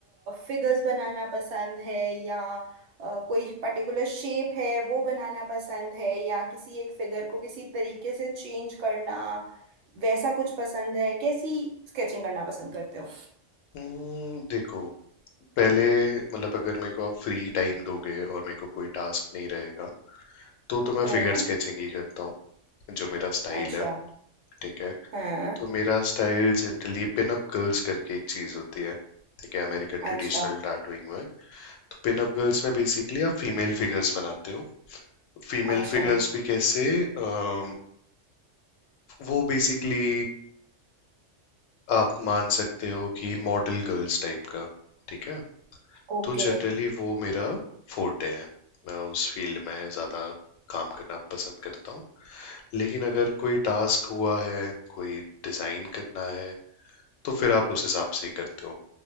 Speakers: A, on the right; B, on the left.
A: फिगर्स बनाना पसंद है या अ, कोई पर्टिकुलर शेप है वो बनाना पसंद है या किसी एक फिगर को किसी तरीके से चेंज करना वैसा कुछ पसंद है कैसी स्केचिंग करना पसंद करते हो
B: हम्म, देखो पहले मतलब अगर मेरे को आप फ्री टाइम दोगे और मेरे को कोई टास्क नहीं रहेगा तो तो मैं
A: हम्म
B: फिगर स्केचिंग ही करता हूँ जो मेरा स्टाइल
A: अच्छा
B: है ठीक है
A: हाँ
B: तो मेरा style generally pin up girls करके एक चीज होती है ठीक है अमेरिकन
A: अच्छा
B: ट्रेडिशनल टाटूइंग में तो पिन अप गर्ल्स में बेसिकली आप फीमेल फिगर्स बनाते हो फीमेल
A: अच्छा
B: फिगर्स भी कैसे अम, वो बेसिकली आप मान सकते हो कि मॉडल गर्ल्स टाइप का ठीक है
A: ओके
B: तो जनरली वो मेरा फोर्टे है मैं उस फील्ड में ज़्यादा काम करना पसंद करता हूँ लेकिन अगर कोई टास्क हुआ है कोई डिज़ाइन करना है तो फिर आप उस हिसाब से ही करते हो